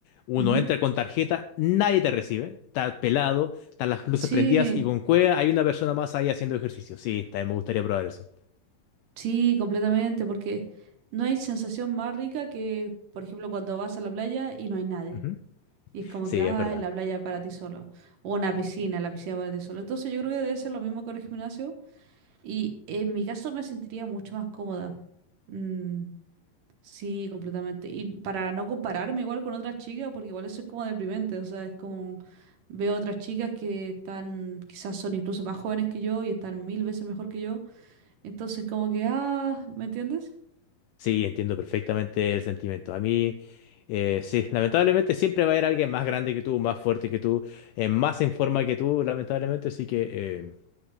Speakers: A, on the left; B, on the right.
A: Uno
B: Ujú.
A: entra con tarjeta, nadie te recibe, está pelado, están las luces
B: Sí,
A: prendidas y con cueva hay una persona más ahí haciendo ejercicio. Sí, también me gustaría probar eso.
B: sí, completamente, porque no hay sensación más rica que, por ejemplo, cuando vas a la playa y no hay nadie.
A: Ujú.
B: Y es como
A: Sí,
B: que, ah,
A: es verdad.
B: la playa para ti solo. O una piscina, la piscina para ti solo. Entonces yo creo que debe ser lo mismo con el gimnasio. Y en mi caso me sentiría mucho más cómoda. Mm, Sí, completamente. Y para no compararme igual con otras chicas, porque igual eso es como deprimente, o sea, es como veo otras chicas que están, quizás son incluso más jóvenes que yo y están mil veces mejor que yo, entonces como que, ah, ¿me entiendes?
A: Sí, entiendo perfectamente el sentimiento. A mí, eh, sí, lamentablemente siempre va a haber alguien más grande que tú, más fuerte que tú, eh, más en forma que tú, lamentablemente, así que eh,